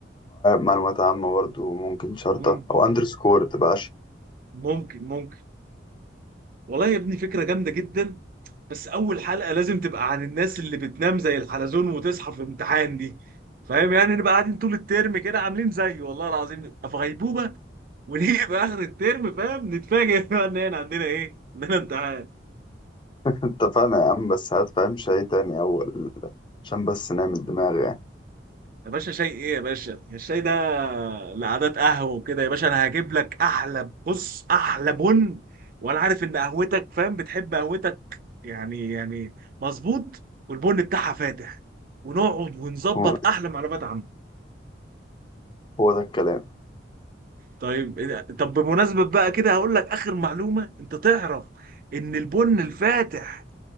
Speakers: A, on the left; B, on the right.
A: معلومات عامة برضه ممكن شرطة
B: مم.
A: أو أندرسكور تبقى
B: ممكن ممكن والله يا ابني فكرة جامدة جدا بس أول حلقة لازم تبقى عن الناس اللي بتنام زي الحلزون وتصحى في امتحان دي فاهم يعني نبقى قاعدين طول الترم كده عاملين زيه والله العظيم نبقى في غيبوبة ونيجي في آخر الترم فاهم نتفاجئ بقى إن إحنا عندنا إيه؟ عندنا امتحان
A: <laughs> اتفقنا يا عم بس هات فاهم شيء تاني أول عشان بس نعمل دماغ يعني
B: يا باشا شاي ايه يا باشا الشاي ده لعادات قهوه وكده يا باشا انا هجيب لك احلى بص احلى بن وانا عارف ان قهوتك فاهم بتحب قهوتك يعني يعني مظبوط والبن بتاعها فاتح ونقعد ونظبط
A: هو
B: احلى معلومات عنه
A: هو ده الكلام
B: طيب إيه- طب بمناسبه بقى كده هقول لك اخر معلومه انت تعرف ان البن الفاتح